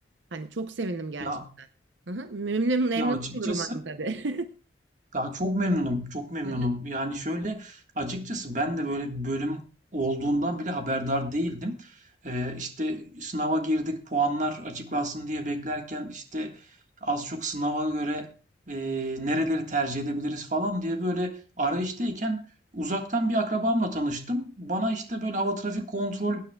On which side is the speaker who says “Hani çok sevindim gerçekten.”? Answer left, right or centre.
Right